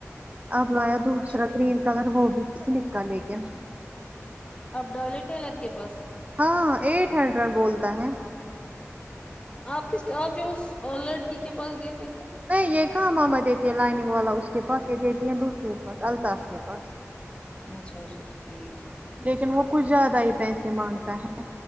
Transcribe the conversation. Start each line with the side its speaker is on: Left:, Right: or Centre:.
Right: آپ لایا دوسرا
Left: اچھا ٹھیک
Right: کریم کلر وہ بھی سلک کا لیکن
Left: اب ڈالے ٹیلر کے پاس
Right: ہاں ایٹھ ہنڈریڈ بولتا ہے
Left: آپ کس ٹ آپ جو اس لڑکی کے پاس دیتے تھے
Right: نہیں یہ کہاں آمہ دیتی ہے لائنگ والا اس کے پاس یہ دیتی ہے دوسرے کے پاس الطاف کے پاس
Left: اچھا اچھا ٹھیک ہے
Right: لیکن وہ کچھ زیادہ ہی پیسے مانگتا ہے